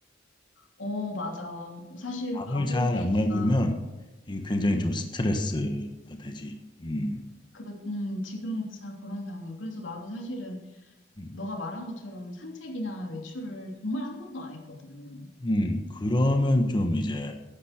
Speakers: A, on the left (about 90°); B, on the left (about 25°).
A: 어, 맞아. 사실
B: 밥을
A: 밥을
B: 잘
A: 아기가,
B: 안 먹으면 이게 굉장히
A: 음,
B: 좀 스트레스가 되지. 음.
A: 그렇, 음, 지금 잘 그런 상황이에요. 그래서 나도 사실은
B: 음,
A: 너가 말한 것처럼 산책이나 외출을 정말 한 번도 안 했거든.
B: 음, 그러면 좀 이제